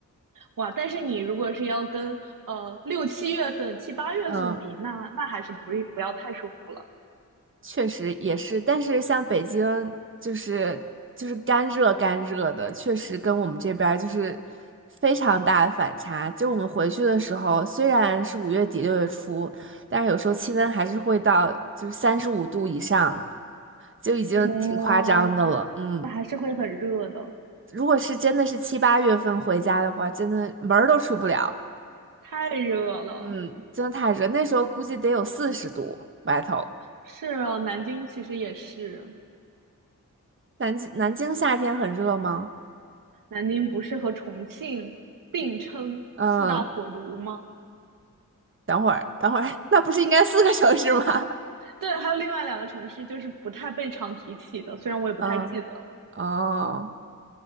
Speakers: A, on the right; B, on the right.
A: 哇！但是你如果是要跟呃六七月份、七八月份比，
B: 嗯，
A: 那那还是不是不要太舒服了。
B: 确实也是，但是像北京就是就是干热干热的，确实跟我们这边儿就是非常大的反差。就我们回去的时候，虽然是五月底六月初，但是有时候气温还是会到就是三十五度以上，就已经挺夸张的了。
A: 哦，
B: 嗯，
A: 那还是会很热的，
B: 如果是真的是七八月份回家的话，真的门儿都出不了。
A: 太热了。
B: 嗯，真的太热，那时候估计得有四十度外头。
A: 是啊，南京其实也是。
B: 南京南京夏天很热吗？
A: 南宁不是和重庆并称四大火炉吗？
B: 嗯。等会儿，等会儿，那不是应该四个小时吗？<laughs>
A: 对，还有另外两个城市就是不太被常提起的，虽然我也不太记得了。
B: 嗯，哦，